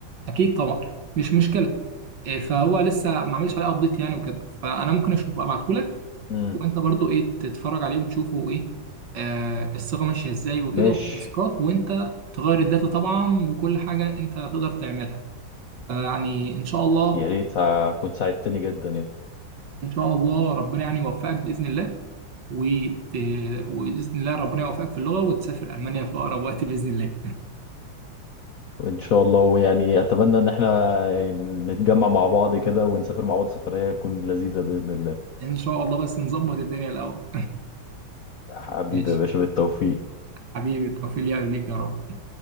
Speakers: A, on the right; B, on the left.
A: اكيد طبعا مش مشكله إيه، فهو لسه ما عملش عليه ابديت يعني وكده فانا ممكن اشوفه ابعته لك
B: امم
A: وانت برضو ايه تتفرج عليه وتشوفه ايه آه الصيغه ماشيه ازاي وكده
B: ماشي
A: والتنسيقات وانت تغير الداتا طبعا وكل حاجه انت تقدر تعملها يعني ان شاء الله
B: يا ريت ها- كنت ساعدتني جدا يعني
A: ان شاء الله ربنا يعني يوفقك باذن الله وت... وباذن الله ربنا يوفقك في اللغه وتسافر المانيا في اقرب وقت باذن الله
B: وان شاء الله ويعني اتمنى ان احنا نتجمع مع بعض كده ونسافر مع بعض سفرية تكون لذيذة بإذن الله
A: <laughs> ان شاء الله بس نظبط الدنيا الاول
B: حبيبي
A: <laughs> ماشي
B: يا باشا بالتوفيق
A: حبيبي التوفيق ليك يا رب